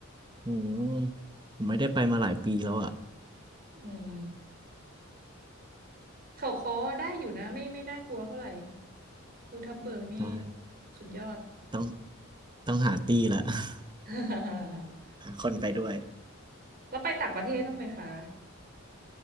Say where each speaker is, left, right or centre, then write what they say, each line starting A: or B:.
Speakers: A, on the right; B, on the right.
A: อืมผมไม่ได้ไปมาหลายปีแล้วอะ
B: อืมเขาค้อได้อยู่นะไม่ไม่น่ากลัวเท่าไหร่ภูทับเบิกนี่
A: ได้
B: สุดยอด
A: ต้องต้องหาตี้ละ <laughs>
B: <laughs>
A: หาคนไปด้วย
B: แล้วไปต่างประเทศบ้างไหมคะ